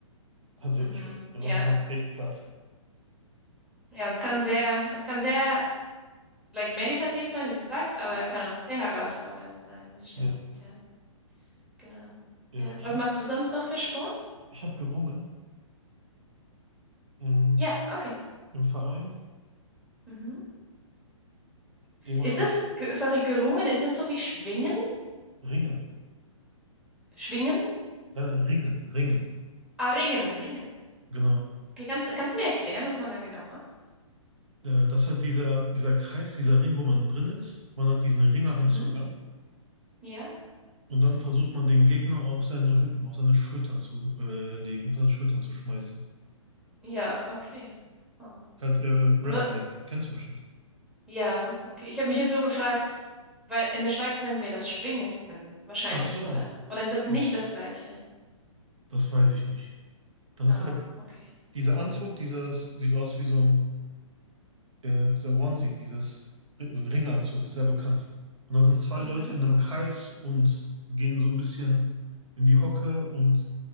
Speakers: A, on the right; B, in the centre.
A: Also
B: Mhm.
A: ich, danach
B: Ja.
A: ist man echt platt.
B: Ja, es kann sehr, es kann sehr like meditativ sein, wie du sagst, aber kann auch sehr herausfordernd sein. Das stimmt.
A: Ja.
B: Ja, genau.
A: Ja,
B: Ja.
A: ich
B: Was
A: habe
B: machst du sonst noch für Sport?
A: ich hab gerungen mm,
B: Ja, okay.
A: im Verein.
B: Mhm.
A: Irgendwann
B: Ist
A: habe
B: das,
A: ich
B: ge- sorry, gerungen, ist das so wie schwingen?
A: Ringen.
B: Schwingen?
A: Dann Ringen, Ringen.
B: Ah, ringen, ringen.
A: Genau.
B: Okay, kannst, du- kannst du mir erklären, was man dann genau macht?
A: Äh, das hat dieser, dieser Kreis, dieser Ring, wo man drin ist. Man hat diesen Ringeranzug
B: Mhm.
A: an.
B: Ja,
A: Und dann versucht man den Gegner auf seinen Rücken, auf seine Schultern zu äh, legen, auf seine Schultern zu schmeißen.
B: ja, okay. Oh.
A: Halt äh, Wrestling,
B: Und was,
A: kennst du bestimmt.
B: ja, okay. Ich habe mich jetzt so gefragt, weil in der Schweiz nennen wir das Schwingen wahrscheinlich,
A: Ach so,
B: oder? Oder ist das nicht
A: Ja,
B: das Gleiche?
A: das weiß ich nicht. Das
B: Ah,
A: ist halt
B: okay.
A: dieser Anzug, dieses sieht aus wie so ein äh, dieser Onesie, dieses, so ein Ringanzug, ist sehr bekannt. Und da sind zwei
B: Mhm.
A: Leute in einem Kreis und gehen so ein bisschen in die Hocke und